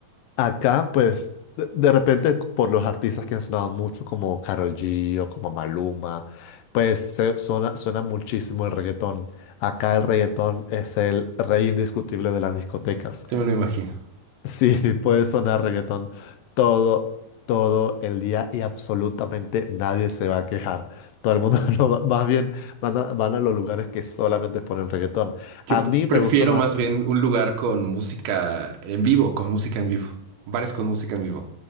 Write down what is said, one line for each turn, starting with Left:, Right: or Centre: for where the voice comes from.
Left: Acá, pues, de, de repente, por los artistas que han sonado mucho, como Karol G o como Maluma, pues se- suena, suena muchísimo el reggaetón. Acá el reggaetón es el rey indiscutible de las discotecas.
Right: Se me lo imagino.
Left: Sí, <laughs> puede sonar reggaetón todo, todo el día y absolutamente nadie se va a quejar. Todo el mundo <laughs> lo va, más bien van a, van a los lugares que solamente ponen reggaetón.
Right: Yo
Left: A mí
Right: prefiero
Left: me gusta más.
Right: más bien un lugar con música en vivo, con música en vivo. Bares con música en vivo.